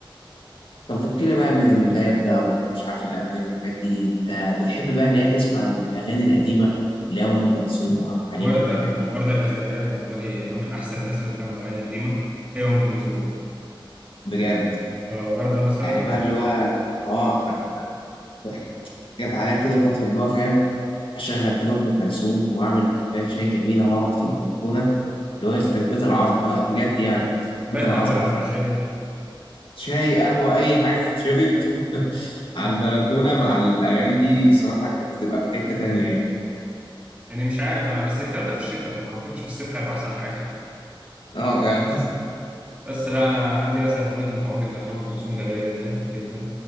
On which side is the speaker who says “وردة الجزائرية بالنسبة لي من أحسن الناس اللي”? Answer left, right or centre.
Right